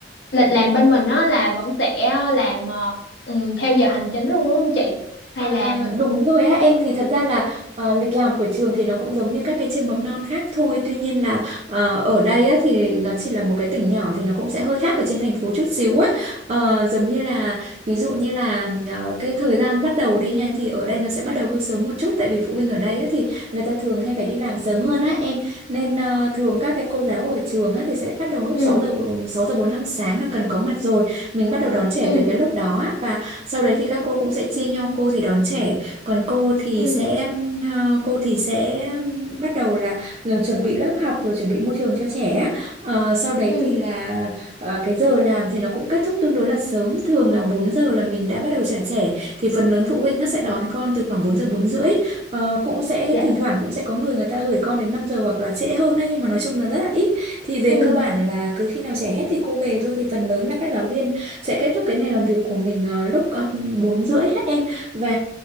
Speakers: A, on the left; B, on the right.
A: lịch
B: ừ.
A: làm bên mình á là vẫn sẽ ờ, làm ờ, ừm, theo giờ hành chính luôn đúng không chị? Hay
B: À,
A: là
B: đúng rồi á em thì thật ra là ờ, lịch làm của trường thì nó cũng giống như các cái trường mầm non khác thôi tuy nhiên là ờ, ở đây á, thì nó chỉ là một cái tỉnh nhỏ thì nó cũng sẽ hơi khác ở trên thành phố chút xíu á Ờ, giống như là ví dụ như là ờ, cái thời gian bắt đầu đi ha thì ở đây nó sẽ bắt đầu hơi sớm một chút tại vì phụ huynh ở đây á, thì người ta thường hay phải đi làm sớm hơn á em nên ờ, thường các cái cô giáo ở trường á, thì sẽ bắt đầu lúc
A: ừ
B: sáu giờ 6 giờ bốn lăm sáng là cần có mặt rồi mình bắt đầu đón trẻ
A: ừ
B: từ cái lúc đó á và sau đấy thì các cô cũng sẽ chia nhau cô thì đón trẻ còn cô thì
A: ừ
B: sẽ ừm, ờ, cô thì sẽ ừm, bắt đầu là ừ, chuẩn bị lớp học rồi chuẩn bị môi trường cho trẻ á. Ờ, sau đấy
A: ừ
B: thì là ờ, cái giờ làm thì nó cũng kết thúc tương đối là sớm thường là 4 giờ là mình đã bắt đầu trả trẻ thì phần lớn phụ huynh nó sẽ đón con từ khoảng bốn giờ bốn rưỡi Ờ, cũng sẽ
A: dạ
B: thỉnh thoảng cũng sẽ có người người ta gửi con đến 5 giờ hoặc là trễ hơn á nhưng mà nói chung là rất là ít thì về
A: ừ
B: cơ bản là cứ khi nào trẻ hết thì cô về thôi thì phần lớn là các giáo viên sẽ kết thúc cái ngày làm việc của mình ờ, lúc um, 4 rưỡi hết em và